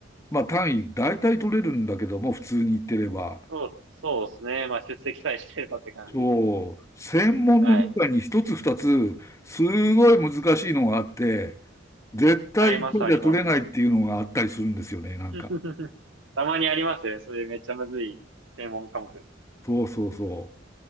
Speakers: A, on the left; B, on the right.
A: まあ単位大体取れるんだけども、普通に言ってれば。
B: そう、そうですね。まあ、出席さえしてればって感じですね。
A: そう、専門の中に一つ二つ、
B: はい。
A: すごい難しいのがあって、絶対一回じゃ取れないっていうのがあったりするんですよね、
B: あります、ありま
A: なんか。
B: す。<laughs> たまにありますよね。それめっちゃむずい専門科目。
A: そうそうそ